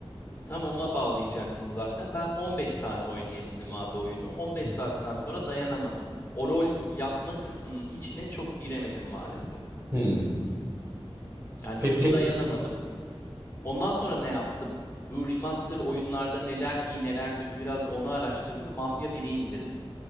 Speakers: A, on the left; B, on the right.
A: Tam ona bağlayacaktım zaten. Ben 15 saat oynayabildim abi oyunu. 15 saatten sonra dayanamadım. O rol yapma kısmının içine çok giremedim maalesef.
B: Hmm.
A: Yani
B: Peki
A: çünkü
B: te-
A: dayanamadım. Ondan sonra ne yaptım? Bu remaster oyunlarda neler iyi neler kötü biraz onu araştırdım. Mafya biri indirdim.